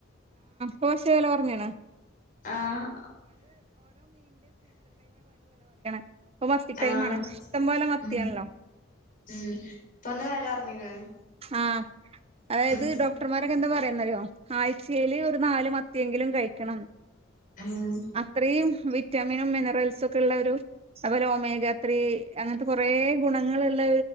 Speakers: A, on the right (about 30°); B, on the left (about 45°).
A: കോശകല പറഞ്ഞണാ
B: ആഹ്
A: അപ്പൊ മത്തിടൈം
B: ആഹ്
A: ആണ് ഇഷ്ടംപോലെ മത്തിയാണല്ലോ.
B: ഉം ഉം ഇപ്പൊ ഒന്ന് വെല കൊറഞ്ഞ്ക്ക്ണ്
A: ആഹ അതായത്
B: ഉം
A: ഡോക്ടർമാരൊക്കെ എന്താ പറയാ. ആഴ്ചെൽ ഒരു നാല് മത്തിയെങ്കിലും കഴിക്കണം
B: ഉം
A: അത്രയും വിറ്റാമിനും മിനറൽസും ഒക്കെ ഉള്ള ഒരു അതുപോലെ ഒമേഗാത്രി അങ്ങനത്തെ കുറ ഗുണങ്ങളുള്ള